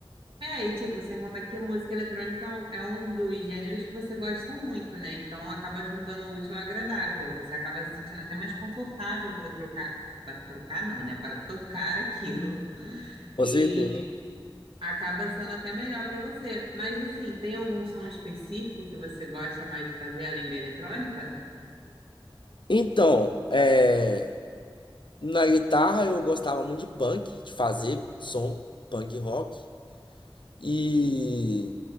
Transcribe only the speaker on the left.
Com certeza.
Então, é. Na guitarra eu gostava muito de punk, de fazer som punk rock. E